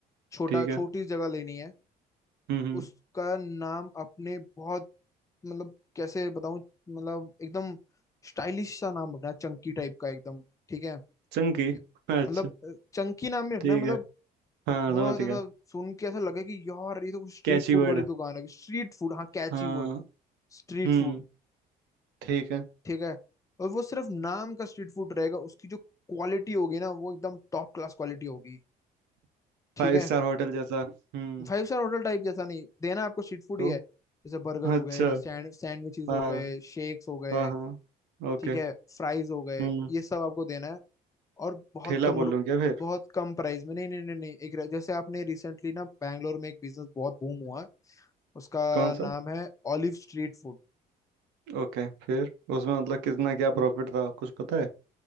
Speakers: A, on the left; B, on the right.
A: छोटा
B: ठीक है
A: छोटी जगह लेनी है
B: हम्म हम्म
A: उसका नाम आपने बहुत मतलब कैसे बताऊं मतलब एकदम स्टाइलिश सा नाम रखना है चंकी टाइप का एकदम ठीक है
B: चंकी
A: कि-
B: अच्छा
A: मतलब चंकी नाम ही रखना
B: ठीक
A: है मतलब
B: है हाँ
A: बहुत
B: समझ गया
A: ऐसा सुन के ऐसा लगे कि यार ये तो स्ट्रीट
B: कैची
A: फूड
B: वर्ड
A: वाली दुकान है स्ट्रीट फूड हाँ कैची
B: हाँ
A: वर्ड स्ट्रीट
B: हम्म
A: फूड
B: ठीक है
A: ठीक है और वो सिर्फ नाम का स्ट्रीट फूड रहेगा उसकी जो क्वालिटी होगी ना वो एकदम टॉप क्लास क्वालिटी होगी ठीक
B: फाइव
A: है
B: स्टार होटल जैसा हम्म
A: फाइव स्टार होटल टाइप जैसा नहीं देना आपको स्ट्रीट फूड
B: तो
A: ही है जैसे बर्गर
B: अच्छा
A: हो गए सैंड सैंडविचेस
B: हाँ
A: हो गए शेक्स हो गए
B: हाँ हाँ ओके
A: ठीक है फ्राइज हो गए
B: हम्म
A: ये सब आपको देना है और बहुत
B: ठेला
A: कम
B: खोल
A: रु-
B: लूँ क्या फिर
A: बहुत कम प्राइस में नहीं नहीं नहीं नहीं एक जैसे आपने रिसेंटली ना बैंगलोर में एक बिजनेस बहुत बूम हुआ है उसका
B: कौन
A: नाम
B: सा
A: है ऑलिव स्ट्रीट फूड
B: ओके फिर उसमें मतलब कितना क्या प्रॉफिट था कुछ पता है